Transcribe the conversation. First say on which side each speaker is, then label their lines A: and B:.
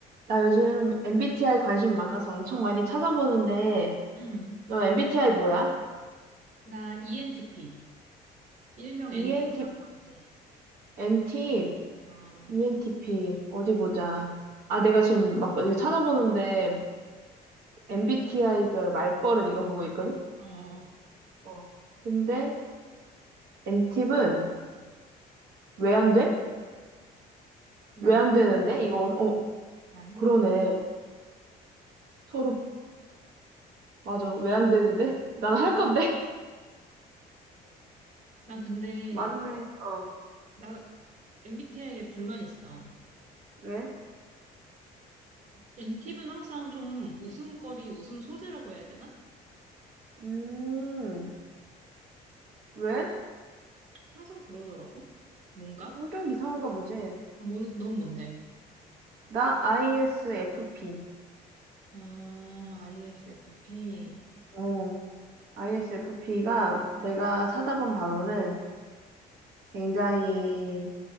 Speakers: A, on the right; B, on the right.
A: 나 요즘 MBTI 관심 많아서 엄청 많이 찾아보는데,
B: 응.
A: 너 MBTI 뭐야?
B: 나 ENTP. 일명
A: ENT,
B: NTP라고 하지.
A: NT,
B: 응.
A: ENTP, 어디 보자. 아, 내가 지금 막 이거 찾아보는데, MBTI별 말버릇 이거 보고 있거든?
B: 어, 어,
A: 어. 근데, NT는 왜 안 돼?
B: 나네?
A: 왜 안 되는데? 이거, 어,
B: 나네?
A: 그러네. 서로, 맞아. 왜 안 되는데? 난 할 건데?
B: 나 근데,
A: <laughs> 맞네. 어.
B: 나 MBTI에 불만 있어.
A: 왜?
B: NTP는 항상 좀 웃음거리, 웃음 소재라고 해야 되나?
A: 음, 왜?
B: 항상 그러더라고. 뭔가?
A: 성격 이상한가 보지.
B: 뭐, 넌 뭔데?
A: 나 ISFP.
B: 아, ISFP.
A: 어, ISFP가 내가
B: 음.
A: 찾아본 바로는 굉장히